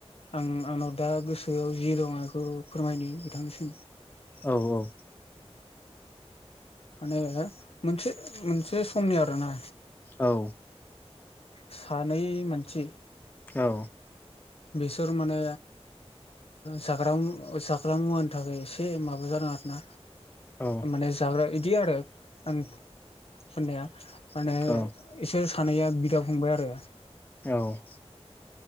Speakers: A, on the left; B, on the left.
A: आं आंनाव दा गोसो गोआव जि दं आंखौ फोरमायनो बिथांनिसिम
B: औ औ
A: माने मोनसे मोनसे समनि आरोना
B: औ
A: सानै मानसि
B: औ
A: बिसोर माने जाग्रा जाग्रा मुवानि थाखाय एसे माबा जादों आरोना
B: औ
A: माने जाग्रा इदि आरो आं साननाया माने
B: औ
A: बिसोर सानैया बिदा फंबाय आरो
B: औ